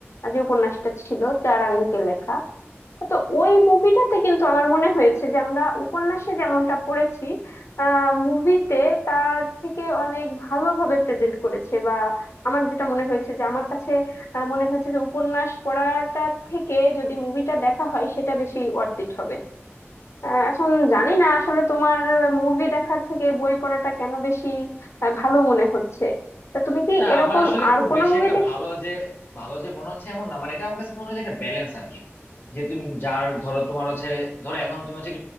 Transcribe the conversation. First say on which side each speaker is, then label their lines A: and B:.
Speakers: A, on the left; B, on the left.
A: যে উপন্যাসটা ছিল তার আঙ্গিকে লেখা তো ওই মুভিটাতে কিন্তু আমার মনে হয়েছে যে আমরা উপন্যাসে যেমনটা পড়েছি আহ মুভিতে তার থেকে অনেক ভালোভাবে প্রেজেন্ট করেছে বা আমার যেটা মনে হয়েছে যে আমার কাছে আহ, মনে হয়েছে যে উপন্যাস পড়াটা থেকে যদি মুভিটা দেখা হয় সেটা বেশি ওয়ার্থ ইট হবে আহ, এখন জানি না আসলে তোমার মুভি দেখার থেকে বই পড়াটা কেন বেশি আহ, ভালো মনে হচ্ছে তা তুমি কি
B: না
A: এরকম
B: আমার আসলে
A: আর
B: খুব
A: কোনো
B: বেশি
A: মুভি
B: একটা
A: দেখ
B: ভালো যে ভালো যে মনে হচ্ছে এমন না মানে এটা আমার কাছে মনে হয় যে একটা ব্যালেন্স আর কি যে তুমি যার ধরো তোমার হচ্ছে ধরো এখন তুমি হচ্ছে